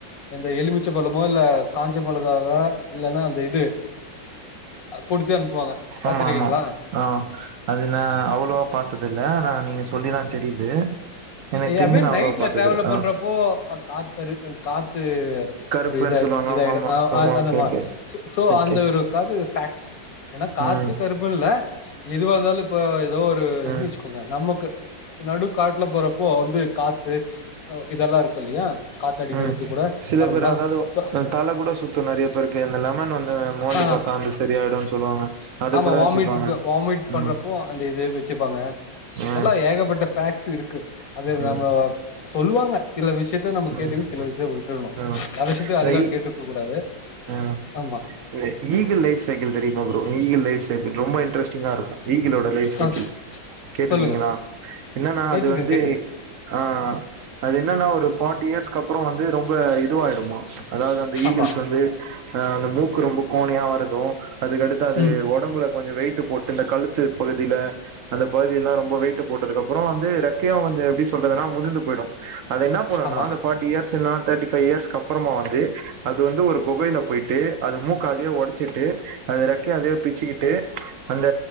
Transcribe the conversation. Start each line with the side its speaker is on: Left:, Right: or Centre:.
Left: இந்த எலுமிச்ச பழமோ இல்ல காஞ்ச மொளகாவ இல்லன்னா அந்த இது குடுத்து அனுப்புவாங்க பாத்துருக்கீங்களா
Right: ஆமா ஆமா ஆ அது நா அவ்வளோவா பாத்தது இல்ல நா நீங்க சொல்லிதா தெரியுது எனக்கு
Left: ஏ
Right: தெரிஞ்சு
Left: அபின்
Right: நா அவ்வளவா
Left: நைட்ல
Right: பாத்ததில்ல
Left: டிராவல
Right: ஆ
Left: பண்றப்போ காத்தரு காத் த்து
Right: கருப்புன்னு
Left: ஒரு இத
Right: சொல்லுவாங்க
Left: இதாய்டு
Right: ஆமா ஆமா
Left: அ
Right: ஆமா
Left: அ அந்த
Right: ஓகே
Left: மார்
Right: ஓகே
Left: சோ
Right: ஓகே
Left: அந்த ஒருக்காக ஃபாக்ட் ஏன்னா காத்து
Right: ம்
Left: கருப்புன்னு இல்ல எதுவா இருந்தாலு இப்ப ஏதோ ஒரு
Right: ம்
Left: இது வச்சுக்கோங்க நமக்கு இப்ப நடு காட்டுல போறப் போ வந்து காத்து இதெல்லா இருக்கு இல்லையா காத்தடிக்கிறது
Right: உம்
Left: கூட
Right: சில
Left: நார்மலா
Right: பேரு அதாவது
Left: சோ
Right: தல கூட சுத்து நெறைய பேருக்கு இந்த லெமன் வந்து மோந்து
Left: ஆ
Right: பாத் தா வந்து சரியாயிடும்னு சொல்லுவாங்க அது
Left: ஆமா
Right: கூட
Left: வாமிட்
Right: வச்சுப்பாங்க
Left: வாமிட் பண்றப்போ
Right: ம்
Left: அந்த இது வச்சிப்பாங்க
Right: ம்
Left: அதெல்லா ஏகப்பட்ட ஃபாக்ட் சு இருக்கு அது
Right: ம்
Left: நம்ம சொல்லுவாங்க சில விஷயத் த நம்ம கேட்டு
Right: ம்
Left: சில விஷய விட்டுரணு
Right: ஆ
Left: எல்லா விஷயத்தயு அதுக்காக
Right: வை
Left: கேட்டுட்ருக்கக் கூடாது
Right: ம்
Left: ஆமா
Right: அத ஈகில் லைஃப் சைக்கிள் தெரியுமா ப்ரோ ஈகிள் லைஃப் சைக்கிள் ரொம்ப இன்ட்ரெஸ்டிங்கா இருக்கு ஈகிலோடா லைஃப் சைக்கிள்
Left: ஆ சொ-
Right: கேட்டிருக்கீங்களா
Left: சொல்லுங்க
Right: என்னன்னா
Left: கேட்டிருக்கே
Right: அது வந்து
Left: கேட்டிருக்கே
Right: ஆ அது என்னன்னா ஒரு டுவென்டி இயர்ஸ்க்கு அப்புறம் வந்து ரொம்ப இதுவாயிடுமா அதாவது அந்த ஈகிள்ஸ்
Left: ஆமா
Right: வந்து அ அந்த மூக் முக்கு ரொம்ப கோனையா வரது அதுக்கடுத்து அது
Left: ம்
Right: ஒடம்புல கொஞ்ச வெயிட்டு போட் இந்த கழுத்துப் பகுதியில அந்த பகுதியெல்லா ரொம்ப வெயிட்டு போட்டதுக்கு அப்புற வந்து ரெக்கயு வந்து எப்பிடி சொல்றதுன்னா உதுந்து போயிடு அது என்னா பண்ணுன்னா
Left: ஆமா
Right: அந்த ஃபார்ட்டியர்ஸ் இல்னா தேர்ட்டி ஃபைவ் இயர்ஸ் க்கப்புறமா வந்து அது வந்து ஒரு கொகையில போயிட்டு அது மூக்க அதே ஒடச்சிட்டு அத ரெக்கைய அதே பிச்சுக்கிட்டு அந்த